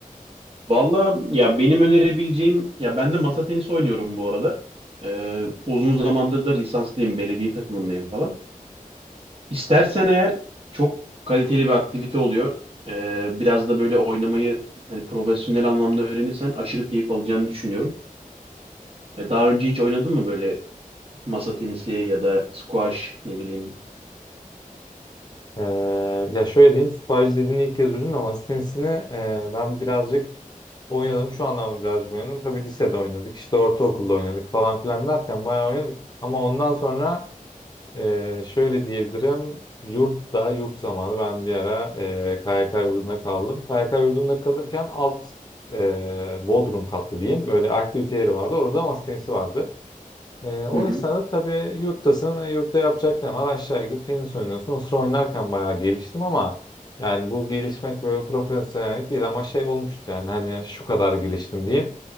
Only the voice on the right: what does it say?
Valla ya benim önerebileceğim ya ben de masa tenisi oynuyorum bu arada. Ee, uzun zamandır da lisanslıyım belediye takımındayım falan. İstersen eğer çok kaliteli bir aktivite oluyor. Ee, biraz da böyle oynamayı hani profesyonel anlamda öğrenirsen aşırı keyif alacağını düşünüyorum. Ee, daha önce hiç oynadın mı böyle masa tenisi ya da squash ne bileyim?
Hı